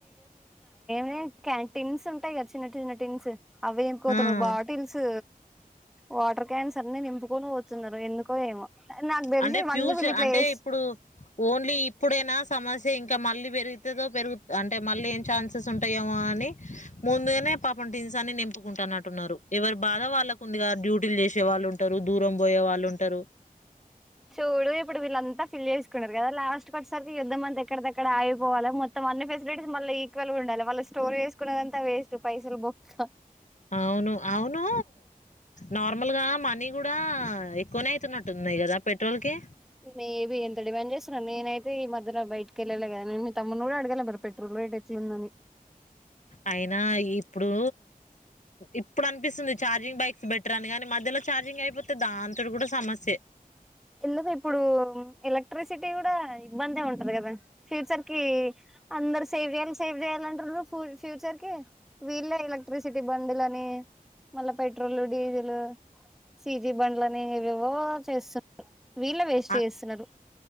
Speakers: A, in the centre; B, on the left.
A: రే క్యాంటీన్స్ ఉంటాయి కదా చిన్న చిన్నటిన్స్ అవి ఏమి కోతనో
B: ఆ
A: బాటిల్స్ వాటర్ క్యాన్స్ అన్ని నింపుకొని పోతున్నారు ఎందుకో ఏమో నాకు తెలిసి
B: అంటే
A: ఇవన్నీ
B: ఫ్యూచర్
A: వీళ్ళ ఇట్లా
B: అంటే
A: చేస్
B: ఇప్పుడు ఓన్లీ ఇప్పుడైనా సమస్య ఇంకా మళ్ళీ పెరుగుతుదో పెరుగు అంటే మళ్ళీ ఏం ఛాన్సెస్ ఉంటాయో అ ని ముందుగానే పాపం టిన్సన్ని నింపుకుంటానట్టున్నారు ఎవరి బాధ వాళ్ళకుందిగా డ్యూటీలు చేసి వచ్చే వాళ్ళు ఉంటరు దూరం పోయే వాళ్ళు ఉంటరు
A: చూడు ఇప్పుడు వీళ్ళంతా ఫిల్ చేసుకున్నారు కదా లాస్ట్ కొచ్ సరికి యుద్ధం అంత ఎక్కడెక్కడ ఆగిపోవాల మొత్తం అన్ని ఫెసిలిటీస్ మళ్ళీ ఈక్వల్గా ఉండాలె వాళ్ళు స్టోర్ చేసుకున్నదంత వే స్ట్ పైసలు బొక్క
B: అవును అవును నార్మల్గా మనీ కూడా ఎక్కువనే అయితున్నట్టున్నాయి కదా పెట్రోల్ కి.
A: మేబీ ఎంత డిమాండ్ చేస్తున్నాను. నేనైతే ఈ మధ్యలో బయటికి వెళ్ళలే కదా నేను తమ్మును కూడా అడగల మరి పెట్రోల్ రేట్ ఎట్లాలుందని.
B: అయినా ఇప్పుడు ఇప్పుడు అనిపిస్తుంది ఛార్జింగ్ బైక్స్ బెటర్ అని గాని. మధ్యలో ఛార్జింగ్ అయిపోతే దాంతోటి కూడా సమస్య.
A: ఎందుకు ఇప్పుడు. ఎలక్ట్రిసిటీ కూడా ఇబ్బందే ఉంటంది కదా ఫ్యూచర్ కి అందరు సేవ్ చేయాలి సేవ్ చేయాలి. టారూ ఫ్యూచర్ కి వీళ్ళే ఎలక్ట్రిసిటీ బందులని మళ్ళ పెట్రోల్ డీజిల్ సీజీ బండ్లని ఏవేవో చేస్తు వీళ్ళే వేస్ట్
B: ఆ
A: చేస్తున్నారు